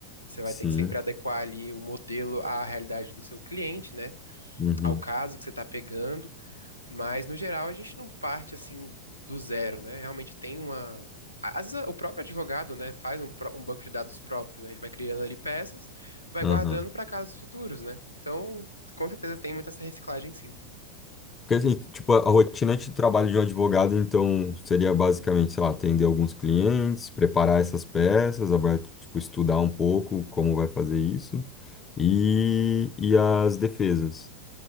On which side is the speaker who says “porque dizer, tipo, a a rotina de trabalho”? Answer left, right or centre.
Left